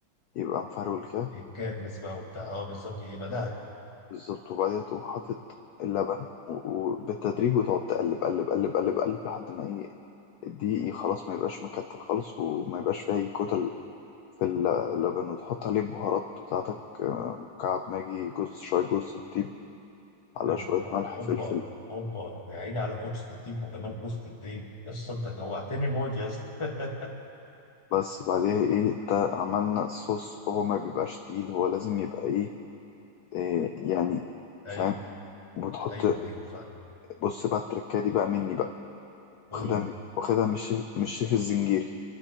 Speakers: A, on the left (about 75°); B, on the left (about 15°).
A: يبقى مفرول كده
B: يتجمس بقى وبتاع اه بالظبط يبقى ده
A: بالظبط وبعدين تقوم حاطط اللبن و- وبالتدريج وتقعد تقلب قلب قلب قلب قلب لحد ما إيه الدقيق إيه خلاص ما يبقاش مكتل خالص وما يبقاش فيه أي كتل في اللبن وتحط عليه البهارات بتاعتك مكعب ماجي جوز شوية جوز الطيب على
B: حلو
A: شوية ملح
B: اوبا
A: فلفل
B: اوبا يا عيني على بوست الديب وجمال بوست الديب يا اسطى انت جوعتني موت يا اسطى
A: بس بعدها ايه ده عملنا الصوص هو ما بيبقاش تقيل هو لازم يبقى ايه, إيه يعني
B: <laughs>
A: فاهم
B: ايوه
A: بتحط
B: ايوه ايوه فاهم
A: بص بقى التركايه دي بقى مني بقى
B: قول
A: واخدها
B: لي
A: من- واخدها من الشيف من الشيف الزنجيري